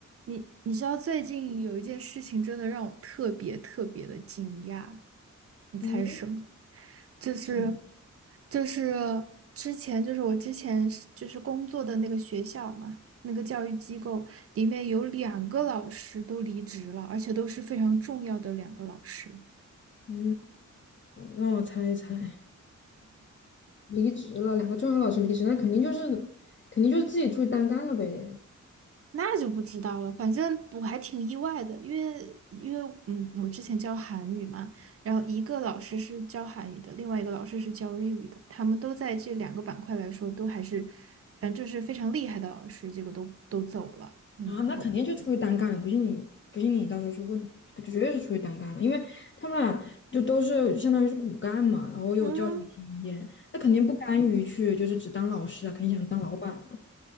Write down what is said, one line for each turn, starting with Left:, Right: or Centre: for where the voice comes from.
Right: 你你知道最近有一件事情真的让我特别特别的惊讶，你猜什么？
Left: 嗯，
Right: 就是
Left: 什么？
Right: 就是之前就是我之前是就是工作的那个学校嘛，那个教育机构里面有两个老师都离职了，而且都是非常重要的两个老师。
Left: 哦，让我猜一猜，离职了，两个重要老师离职，那肯定就是肯定就是自己出去单干了呗。
Right: 那就不知道了，反正我还挺意外的，因为因为嗯，我之前教韩语嘛，然后一个老师是教韩语的，另外一个老师是教日语的，他们都在这两个板块来说都还是，反正就是非常厉害的老师，结果都都走了，嗯。
Left: 啊，那肯定就出去单干了，
Right: 不
Left: 不信你不信你到时候去问，绝对是出去单干了，因为他们俩就都是相当于是骨干嘛，然后有教学经验，
Right: 嗯
Left: 那肯定不甘于去就是只当老师啊，
Right: 嗯，
Left: 肯定想当老板。